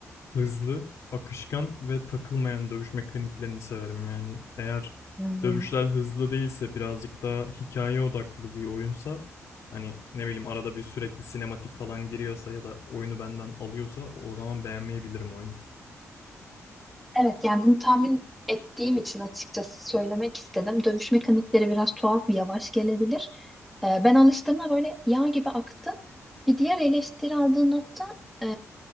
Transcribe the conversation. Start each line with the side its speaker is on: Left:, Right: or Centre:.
Left: hızlı, akışkan ve takılmayan dövüş mekaniklerini severim. Yani eğer
Centre: Hmm.
Left: dövüşler hızlı değilse birazcık daha hikaye odaklı bir oyunsa hani ne bileyim arada bir sürekli sinematik falan giriyorsa ya da oyunu benden alıyorsa o zaman beğenmeyebilirim oyunu.
Centre: Evet yani bunu tahmin ettiğim için açıkçası söylemek istedim. Dövüş mekanikleri biraz tuhaf, yavaş gelebilir. Ee, ben alıştığımda böyle yağ gibi aktı. Bir diğer eleştiri aldığı nokta e,